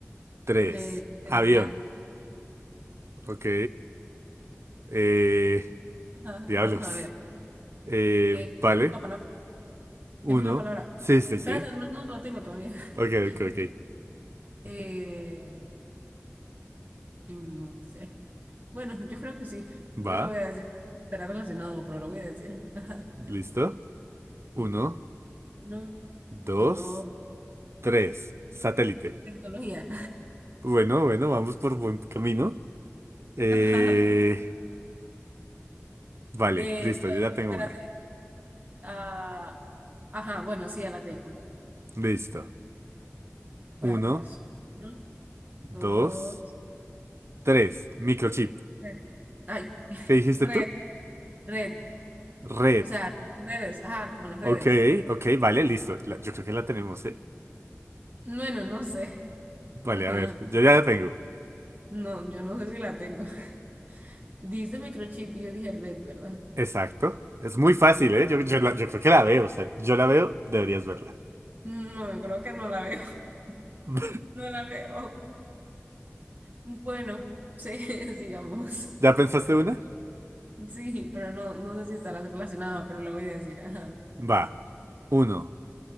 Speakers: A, on the right (about 60°); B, on the right (about 35°).
A: tres.
B: tres, celular.
A: Avión, ok. Eh,
B: Ajá,
A: diablos.
B: vamos a ver.
A: Eh,
B: Eh,
A: vale,
B: ¿tienes la palabra?
A: uno.
B: ¿Tienes la palabra?
A: Sí, sí, sí.
B: Espérate, no, no la tengo todavía.
A: Ok,
B: <laughs>
A: ok, ok.
B: Eh, no sé. Bueno, yo creo que sí. Eso
A: Va,
B: voy a decir. Estará relacionado, pero lo voy a decir. Ajá,
A: listo.
B: sí.
A: Uno,
B: Uno,
A: dos.
B: dos,
A: Tres, satélite.
B: tecnología.
A: Bueno, bueno, vamos por buen camino. Eh,
B: <laughs> Ajá.
A: vale,
B: Eh,
A: listo,
B: pa-
A: yo ya tengo
B: espérate,
A: una.
B: Ah, ajá, bueno, sí, ya la tengo.
A: Listo.
B: Vaya,
A: Uno,
B: pues. Uno,
A: dos,
B: dos,
A: tres, microchip.
B: red. Ay, <laughs>
A: ¿Qué dijiste
B: red,
A: tú?
B: red.
A: Red.
B: O sea, redes. Ajá, como las redes.
A: Ok, ok, vale, listo. La- yo creo que la tenemos, ¿eh?
B: Bueno, no sé. <laughs>
A: Vale,
B: Ajá.
A: a ver, yo ya la tengo.
B: No, yo no sé si la tengo. <laughs> Dice microchip y yo dije red, ¿verdad?
A: Exacto. Es muy fácil, ¿eh? Yo, yo la- yo creo que la veo, o sea, yo la veo, deberías verla.
B: No, yo creo que no la veo.
A: <laughs>
B: <laughs> No la veo. Bueno, sí, <laughs> sigamos.
A: ¿Ya pensaste
B: Creo-
A: una?
B: Sí, pero no, no sé si estará relacionada, pero la voy a decir. Ajá.
A: Va. Uno,